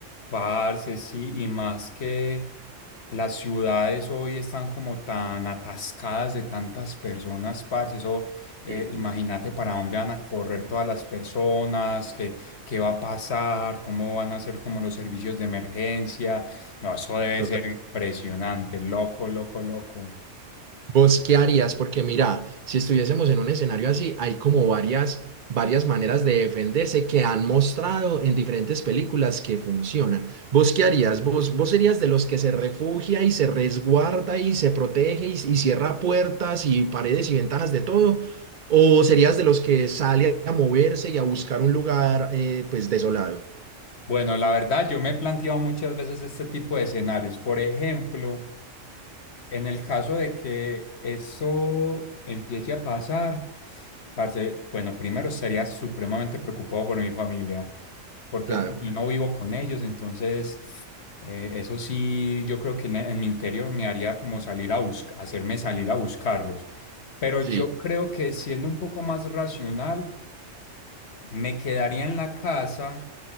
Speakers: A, on the left; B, on the right.
A: Parce, sí, y más que las ciudades hoy están como tan atascadas de tantas personas, parce, eso, eh,
B: Sí.
A: imagínate para dónde van a correr todas las personas, qué, qué va a pasar, cómo van a ser como los servicios de emergencia. No, eso debe
B: total.
A: ser impresionante, loco, loco, loco.
B: ¿Vos qué harías? Porque mira, si estuviésemos en un escenario así, hay como varias, varias maneras de defenderse que han mostrado en diferentes películas que funcionan. ¿Vos qué harías? ¿Vos, vos serías de los que se refugia y se resguarda y se protege y, y cierra puertas y paredes y ventanas de todo? ¿O serías de los que sale a moverse y a buscar un lugar eh, pues desolado?
A: Bueno, la verdad, yo me he planteado muchas veces este tipo de escenarios. Por ejemplo, en el caso de que eso empiece a pasar, parce, bueno, primero sería supremamente preocupado por mi familia, porque
B: Claro,
A: pues, yo no vivo con ellos, entonces eh, eso sí, yo creo que en, en mi interior me haría como salir a buscar, hacerme salir a buscarlos. Pero
B: sí,
A: yo creo que siendo un poco más racional. Me quedaría en la casa